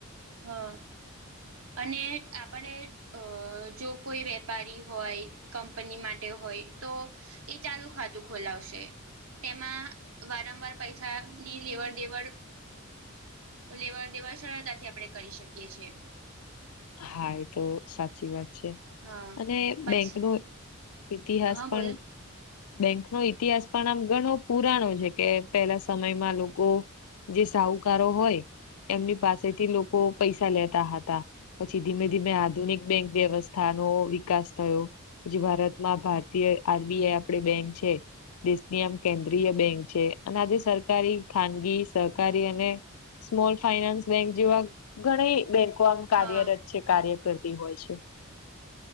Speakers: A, on the right; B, on the left.
A: હા અને આપણે અ જો કોઈ વેપારી હોય કંપની માટે હોય તો એ ચાલુ ખાતું ખોલાવશે તેમાં વારંવાર પૈસા ની લેવડ દેવડ લેવડ દેવડ સરળતાથી આપણે કરી શકીએ છીએ
B: હા એ તો સાચી વાત છે
A: હા
B: અને
A: પછી
B: બેંક નુ ઇતિહાસ
A: હા
B: પણ
A: બોલો
B: બેંક નો ઇતિહાસ પણ આમ ઘણો પુરાણો છે કે પેલા સમયમાં લોકો જે સાહુકારો હોય એમની પાસેથી લોકો પૈસા લેતા હતા પછી ધીમે ધીમે આધુનિક બેંક વ્યવસ્થાનો વિકાસ થયો પછી ભારતમાં ભારતીય આરબીઆઈ આપડી બેંક છે દેશની આમ કેન્દ્રીય બેંક છે અને આજે સરકારી ખાનગી સહકારી અને સ્મોલ ફાઈનાન્સ બેંક જેવા ઘણી બેંક કોમ કાર્યરત
A: હા
B: છે કાર્ય કરતી હોય છે